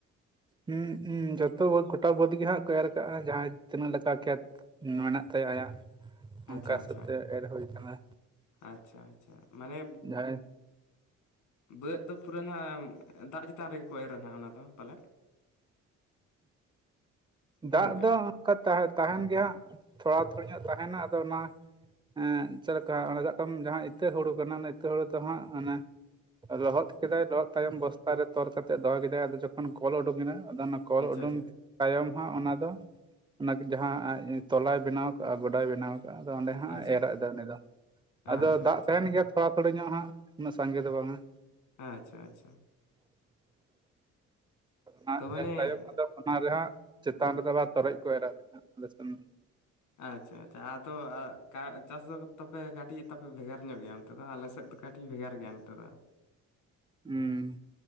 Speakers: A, on the right; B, on the left.
A: ᱦᱩᱸ ᱩᱸ ᱡᱚᱛᱚ ᱵᱟᱹᱫᱽ ᱜᱚᱴᱟ ᱵᱟᱹᱫᱽ ᱜᱮ ᱦᱟᱸᱜ ᱠᱚ ᱮᱨ ᱟᱠᱟᱜᱼᱟ ᱡᱟᱦᱟᱸᱭ ᱛᱤᱱᱟᱹᱜ ᱞᱮᱠᱟ ᱠᱷᱮᱛ ᱢᱮᱱᱟᱜ ᱛᱟᱭᱟ ᱟᱭᱟᱜ ᱚᱱᱠᱟ
B: ᱟᱪᱪᱷᱟ
A: ᱦᱤᱥᱟᱹᱵ
B: ᱟᱪᱪᱷᱟ
A: ᱛᱮ ᱮᱨ ᱦᱳᱭ ᱟᱠᱟᱱᱟ᱾
B: ᱟᱪᱪᱷᱟ ᱟᱪᱪᱷᱟ ᱢᱟᱱᱮ
A: ᱡᱟᱦᱟᱸᱭ <inaudible>
B: ᱵᱟᱹᱫᱽ ᱫᱚ ᱯᱩᱨᱟᱹ ᱦᱟᱸᱜ ᱫᱟᱜᱽ ᱪᱮᱛᱟᱱ ᱨᱮᱜᱮ ᱠᱚ ᱮᱨᱟ ᱱᱟᱜ ᱚᱱᱟ ᱫᱚ ᱯᱟᱞᱮ
A: ᱫᱟᱜᱽ
B: ᱦᱮᱸ ᱜᱚᱝᱠᱮ
A: ᱫᱚ ᱚᱱᱠᱟ ᱛᱟᱦᱮ ᱛᱟᱦᱮᱱ ᱜᱮ ᱦᱟᱸᱜ ᱛᱷᱚᱲᱟ ᱛᱷᱩᱲᱤ ᱧᱚᱜ ᱛᱟᱦᱮᱱᱟ ᱟᱫᱚ ᱚᱱᱟ ᱮᱸ ᱪᱮᱫ ᱞᱮᱠᱟ <unintelligible> ᱡᱟᱦᱟᱸ ᱤᱛᱟᱹ ᱦᱩᱲᱩ ᱠᱟᱱᱟ ᱚᱱᱟ ᱤᱛᱟᱹ ᱦᱩᱲᱩ ᱫᱚ ᱦᱟᱸᱜ ᱚᱱᱮ ᱞᱚᱦᱚᱫ ᱠᱮᱫᱟᱭ ᱞᱚᱦᱚᱫ ᱛᱟᱭᱚᱢ ᱵᱚᱥᱛᱟ ᱨᱮ ᱛᱚᱞ ᱠᱟᱛᱮ ᱫᱚᱦᱚ ᱠᱮᱫᱟᱭ ᱟᱫᱚ ᱡᱚᱠᱷᱚᱱ ᱠᱚᱞ ᱩᱰᱩᱠᱮᱱᱟ ᱟᱫᱚ ᱠᱚᱞ
B: ᱟᱪᱪᱷᱟ
A: ᱩᱰᱩᱝ
B: ᱟᱪᱪᱷᱟ
A: ᱛᱟᱭᱚᱢ ᱦᱟᱸᱜ ᱚᱱᱟ ᱫᱚ ᱚᱱᱟ ᱡᱟᱦᱟᱸ ᱛᱚᱞᱟᱭ ᱵᱮᱱᱟᱣ ᱠᱟᱜᱼᱟ ᱜᱚᱰᱟᱭ ᱵᱮᱱᱟᱣ ᱟᱫᱚ ᱚᱸᱰᱮ ᱦᱟᱸᱜ
B: ᱟᱪᱪᱷᱟ
A: ᱮᱨᱟᱜ ᱮᱫᱟ ᱩᱱᱤ ᱫᱚ ᱟᱫᱚ
B: ᱟᱪᱪᱷᱟ
A: ᱫᱟᱜᱽ
B: ᱟᱪᱪᱷᱟ
A: ᱛᱟᱦᱮᱱ ᱜᱮᱭᱟ ᱛᱷᱚᱲᱟ ᱛᱷᱚᱲᱤ ᱧᱚᱜ ᱦᱟᱸᱜ ᱩᱱᱟᱹᱜ ᱥᱟᱸᱜᱮ ᱫᱚ ᱵᱟᱝᱼᱟ᱾
B: ᱟᱪᱪᱷᱟ ᱟᱪᱪᱷᱟ
A: ᱚᱱᱟ
B: ᱛᱚ ᱢᱟᱱᱮ
A: ᱮᱨ ᱛᱟᱭᱚᱢ ᱟᱫᱚ ᱚᱱᱟ ᱨᱮᱦᱟᱸᱜ ᱪᱮᱛᱟᱱ ᱨᱮᱫᱚ ᱛᱚᱨᱚᱡ ᱠᱚ ᱮᱨᱟᱜ <unintelligible> ᱟᱞᱮ ᱥᱮᱱ᱾
B: ᱟᱪᱪᱷᱟ ᱟᱪᱪᱷᱟ ᱟᱫᱚ ᱠᱟ ᱪᱟᱥ ᱫᱚ ᱛᱟᱯᱮ ᱠᱟᱹᱴᱤᱡᱽ ᱛᱟᱯᱮ ᱵᱷᱮᱜᱟᱨ ᱧᱚᱜ ᱜᱮᱭᱟ ᱚᱱᱛᱮ ᱫᱚ ᱟᱞᱮ ᱥᱮᱫ ᱫᱚ ᱠᱟᱹᱴᱤᱡᱽ ᱵᱷᱮᱜᱟᱨ ᱜᱮᱭᱟ ᱚᱱᱛᱮ ᱫᱚ᱾
A: ᱦᱩᱸ